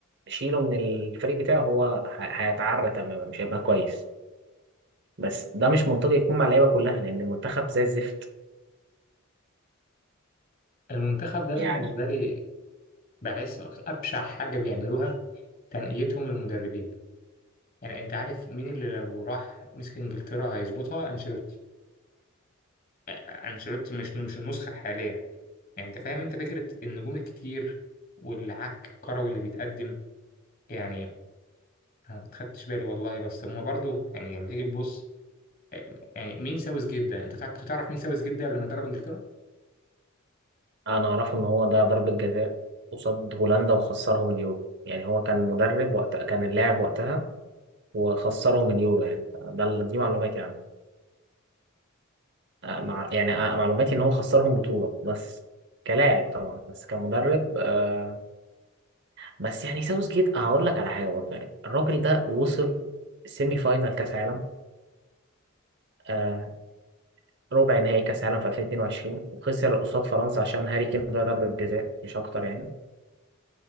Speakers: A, on the right; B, on the left.
A: شيله من الفريق بتاعه هو ه- هيتعرى تماما مش هيبقى كويس بس ده مش منطقي يكون مع اللعيبه كلها لان المنتخب زي الزفت
B: المنتخب ده
A: يعني
B: بالنسبة لي بحس أك- أبشع حاجة بيعملوها تنقيتهم المدربين يعني أنت عارف مين اللي لو راح مسك إنجلترا هيظبطها أنشيلوتي آه، أنشيلوتي مش مش النسخة الحالية يعني أنت فاهم أنت فكرة النجوم الكتير والعك الكروي اللي بيتقدم يعني أنا ما خدتش بالي والله بس هما برضو يعني لما تيجي تبص آه، يعني مين ساوث جدا أنت تع- كنت تعرف مين ساوث جدا قبل ما يدرب إنجلترا؟
A: انا اعرف ان هو ده ضربه جزاء قصاد هولندا وخسرهم اليورو يعني هو كان مدرب وقت كان اللاعب وقتها وخسرهم اليورو يعني ده ال- دي معلوماتي عنه آه، مع يعني آه، معلوماتي ان هو خسرهم بطولة بس كلاعب طبعا بس كمدرب آه، بس يعني ساوث جيت هقول لك على حاجة برضه يعني الراجل ده وصل سيمي فاينال كاس عالم آه، ربع نهائي كاس عالم في 2022 وخسر قصاد فرنسا عشان هاري كين ده ضربة جزاء مش اكتر يعني